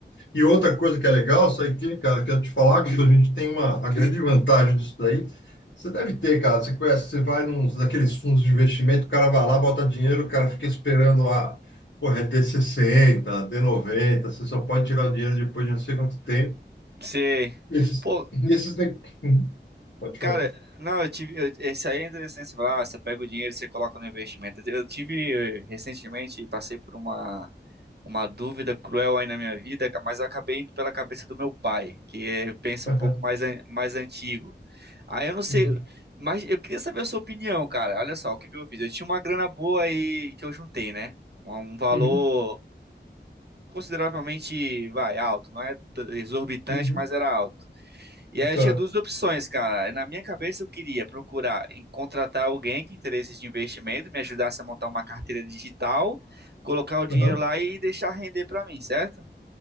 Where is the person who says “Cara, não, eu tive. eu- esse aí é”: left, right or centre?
Right